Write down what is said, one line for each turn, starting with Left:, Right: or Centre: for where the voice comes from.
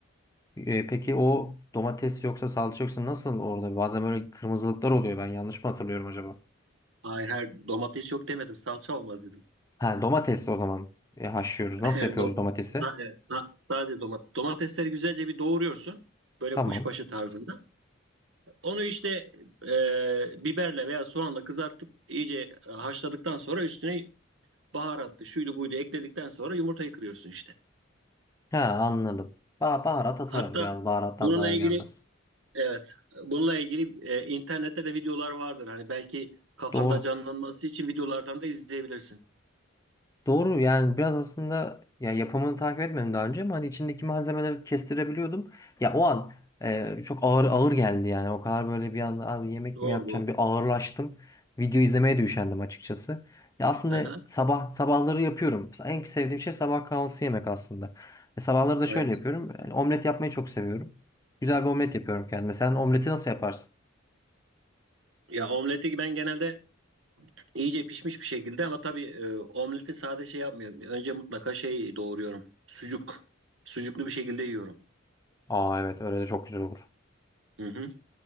Left: E, peki o domates yoksa salça yoksa nasıl orada? Bazen böyle kırmızılıklar oluyor. Ben yanlış mı hatırlıyorum acaba?
Right: Hayır hayır domates yok demedim salça olmaz dedim.
Left: Ha domates o zaman e, haşlıyoruz. Nasıl
Right: Evet,
Left: yapıyoruz
Right: do
Left: domatesi?
Right: ha, evet, ha, sadece domates. Domatesleri güzelce bir doğruyorsun. Böyle
Left: Tamam.
Right: kuşbaşı tarzında. Onu işte e, biberle veya soğanla kızartıp iyice e, haşladıktan sonra üstüne baharatlı şuydu buydu ekledikten sonra yumurtayı kırıyorsun işte.
Left: Ha anladım. Ba baharat atarım
Right: Hatta
Left: biraz. Baharattan
Right: bununla
Left: zarar
Right: ilgili
Left: gelmez.
Right: evet bununla ilgili e, internette de videolar vardır. Hani belki kafanda
Left: Doğru.
Right: canlanması için videolardan da izleyebilirsin.
Left: Doğru yani biraz aslında ya yapımını takip etmedim daha önce ama hani içindeki malzemeleri kestirebiliyordum. Ya o an e, çok ağır ağır geldi yani o kadar böyle bir anda abi yemek
Right: Doğru
Left: mi yapacağım
Right: doğru.
Left: bir ağırlaştım. Video izlemeye de üşendim açıkçası. Ya aslında
Right: Aha,
Left: sabah sabahları yapıyorum. En sevdiğim şey sabah kahvaltısı yemek aslında. E, sabahları da
Right: evet.
Left: şöyle yapıyorum. Yani omlet yapmayı çok seviyorum. Güzel bir omlet yapıyorum kendime. Sen omleti nasıl yaparsın?
Right: Ya omleti ben genelde İyice pişmiş bir şekilde ama tabii e, omleti sade şey yapmıyorum. Önce mutlaka şey doğruyorum. Sucuk. Sucuklu bir şekilde yiyorum.
Left: Aa evet öyle de çok güzel olur.
Right: Hı hı.